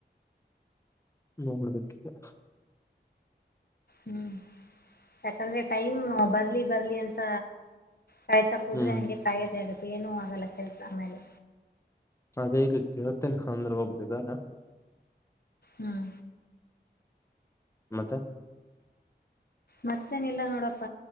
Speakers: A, on the left; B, on the left.
A: ನೋಡಬಿಡಬೇಕು ಇಲ್ಲೆ.
B: ಹ್ಮ್ ಯಾಕಂದ್ರೆ ಟೈಮ್ ಬರ್ಲಿ ಬರ್ಲಿ ಅಂತ. ಕಾಯ್ತ ಕುತ್ರೆ
A: ಹ್ಮ್
B: ಹಂಗೆ ಕಾಯೋದೆ ಆಗತ್ ಏನು ಆಗಲ್ಲ ಕೆಲ್ಸ ಆಮೇಲೆ.
A: ಅದೇ ಇಗ ಕೇಳ್ತೇನೆ ಅಂದ್ರೆ ಒಬ್ರ್ ಇದಾರ.
B: ಹ್ಮ್
A: ಮತ್ತ.
B: ಮತ್ತೇನಿಲ್ಲ ನೋಡಪ್ಪ